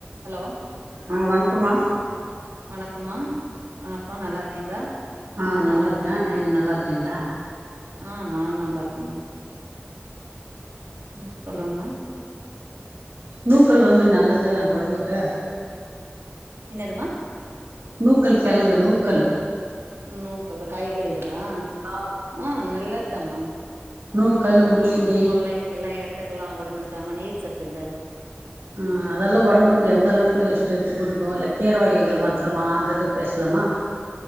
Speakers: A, on the right; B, on the right.
A: hello
B: ஆ வணக்கமா
A: வணக்கமா வணக்கம் நல்லா இருக்கீங்களா
B: ஆ நல்லா இருக்கேன் நீங்க நல்லா இருக்கீங்களா
A: ஆ நானு நல்லா இருக்கேன்ம்மா ம் சொல்லுங்கம்மா
B: நூக்கல் வந்து நல்லது உடம்புக்கு
A: எனதுமா
B: நூக்கல் கிழங்கு நூக்கல்
A: உ நூக்கல்ல காய்கறிகல்லா
B: ஆ
A: ஆ நல்லதமா
B: நோகல் முள்ளிங்கி
A: முல்லங்க எல்லா எடுத்துக்கெல்லா உடம்புக்காம நீர் சத்துல்ல
B: ம் அதெல்லா உடம்புக்கு எந்த அளவுக்கு ஸ்ட்ரென்த் கொடுக்கும் இல்லை கீரை வகைகள் மாத்திரமா அந்த இத பேசலாமா